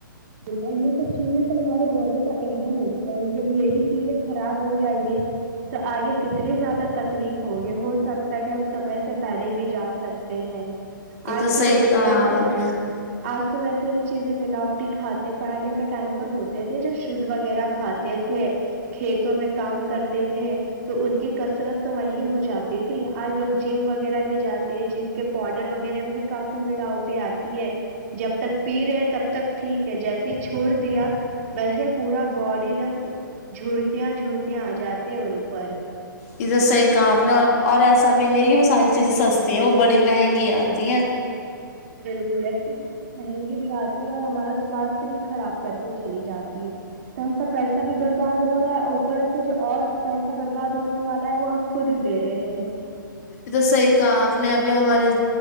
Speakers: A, on the right (about 45°); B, on the left (about 45°).
A: ب یہ سب چیزیں تو ہمارے باڈی کا اہم ہے ح ہے جب یہی چیزیں خراب ہو جائ گی تو آگے کتنی زیادہ تکلیف ہوگی ہو سکتا ہے کہ ہم سمے سے پہلے بھی جا سکتے ہیں
B: یہ
A: آج کے
B: صحیح
A: تو
B: کہا
A: ویسے
B: آپ نے
A: آج تو ویسے بھی چیزیں ملاؤ ر کھاتے پہلے کے ٹائم پر ہوتے تھے جب شدھ وغیرہ کھاتے تھے کھیتوں میں کام کرتے تھے تو ان کی کثرت تو وہی ہو جاتی تھی آج لوگ جم وغیرہ بھی جاتے جم کے پاؤڈر وغیرہ میں بھی کافی ملاوٹیں آتی ہے جب تک پی رہے ہیں تب تک جیسے چھوڑ دیا ویسے پورا باڈی ایک دم جڑکیاں جڑکیاں آ جاتی ہیں ان پر
B: یہ تو صحیح کہا آپ نے اور اور ایسا بھی نہیں ہے کہ وہ ساری چیزیں سستی ہیں وہ بڑی مہنگی آتی ہیں
A: بالکل ایک تو سے مہنگی بھی آتی اور ہمارا سوستھ بھی خراب کر کے چلی جاتی ہے تو ہم سب پیسہ بھی برباد ہو رہا ہے اوپر سے جو اور پیسہ برباد ہونے والا ہے وہ ہم خود ہی دے رہے ہیں
B: یہ تو صحیح کہا آپ نے ابھی ہمارے